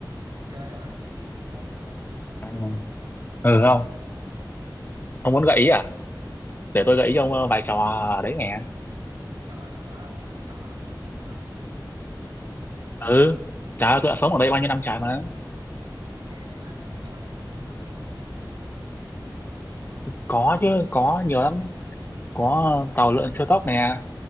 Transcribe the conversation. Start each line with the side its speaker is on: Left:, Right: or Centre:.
Right: chơi rồi á thành phố Hồ Chí Minh á
Left: À, Ừ không, ông muốn gợi ý à? Để tôi gợi ý cho ông ờ, vài trò
Right: kiểu
Left: ở đấy nghe
Right: mấy cái trò ở ở đó không biết mấy trò ở thành phố Hồ Chí Minh luôn hả
Left: Ừ, trời ơi, tôi đã sống ở đây bao nhiêu năm trời mà.
Right: thế ở trong đó có cái trò gì mà kiểu mạo hiểm không không
Left: Có chứ, có nhiều lắm. Có
Right: Tôi-
Left: tàu lượn siêu tốc nè,